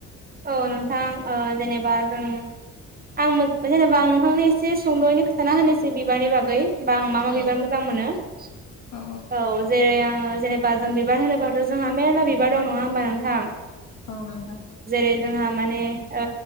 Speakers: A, on the right (about 30°); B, on the left (about 85°).
A: औ नोंथां ओ जेनेबा जों आं मो जेनेबा आं नोंथांनो एसे सुंद'यैनो खिथाना होनोसै बिबारनि बागै होमबा आं मा मा
B: औ
A: बिबार मोजां मोनो ।
B: औ
A: औ जेरै आं ओ जेनेबा जों बिबार होनोबाथ' जोंहा मेरला बिबार दं नङा होमबा नोंथां?
B: औ नोंथां।
A: बे जोंहा माने ओ